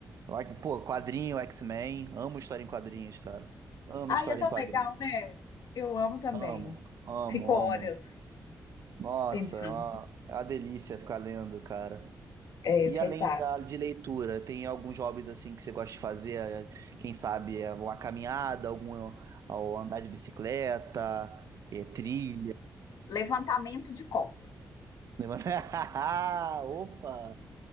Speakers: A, on the right; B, on the left.
A: Like, Pô, quadrinho, X-Men. Amo história em quadrinhos, cara. Amo
B: Ai,
A: história
B: é tão
A: em quadrinhos.
B: legal, né? Eu amo também.
A: Amo, amo,
B: Fico horas
A: amo. Nossa,
B: pensando.
A: é uma, é uma delícia ficar lendo, cara.
B: É
A: E
B: verdade.
A: além da, de leitura, tem alguns hobbies assim que você gosta de fazer? É, Quem sabe é uma caminhada, algum ou andar de bicicleta, é, trilha.
B: Levantamento de copo.
A: <laughs> Opa!